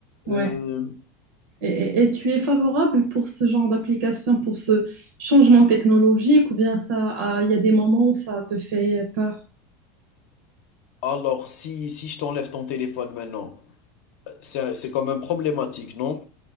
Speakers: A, on the right (about 80°); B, on the left (about 65°).
A: Ouais.
B: euh,
A: Et, et- et tu es favorable pour ce genre d'application, pour ce changement technologique, ou bien ça, ah, il y a des moments où ça te fait peur?
B: Alors, si, si je t'enlève ton téléphone maintenant, heu, c'est c'est quand même problématique, non?